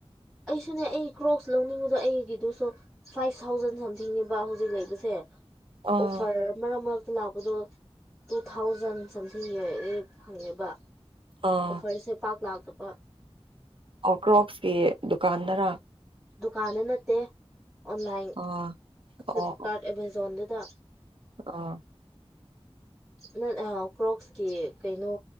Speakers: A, in the centre; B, on the right.
A: ꯑꯩꯁꯨꯅꯦ ꯑꯩ ꯀ꯭ꯔꯣꯛꯁ ꯂꯧꯅꯤꯡꯕꯗꯨ ꯑꯩꯒꯤꯗꯨꯁꯨ ꯐꯥꯏꯚ ꯊꯥꯎꯖꯟ ꯁꯝꯊꯤꯡꯅꯦꯕ ꯍꯧꯖꯤꯛ ꯂꯩꯕꯁꯦ
B: ꯑꯥ
A: ꯑꯣꯐꯔ ꯃꯔꯛ ꯃꯔꯛꯇ ꯂꯥꯛꯄꯗꯣ ꯇꯨ ꯊꯥꯎꯖꯟ ꯁꯝꯊꯤꯡꯒꯤꯗꯤ ꯐꯪꯉꯦꯕ
B: ꯑꯥ
A: ꯑꯣꯐꯔꯁꯦ ꯄꯥꯛ ꯂꯥꯛꯇꯄ
B: ꯑꯣ ꯀ꯭ꯔꯣꯛꯁꯀꯤ ꯗꯨꯀꯥꯟꯗꯥꯔ
A: ꯗꯨꯀꯥꯟꯗ ꯅꯠꯇꯦ ꯑꯣꯟꯂꯥꯏꯟ
B: ꯑꯥ
A: ꯐ꯭ꯂꯤꯞꯀꯥꯔꯠ
B: ꯑꯣ
A: ꯑꯦꯃꯥꯖꯣꯟꯗꯨꯗ
B: ꯑꯣ
A: ꯅꯠ ꯑꯥ ꯀ꯭ꯔꯣꯛꯁꯀꯤ ꯀꯩꯅꯣ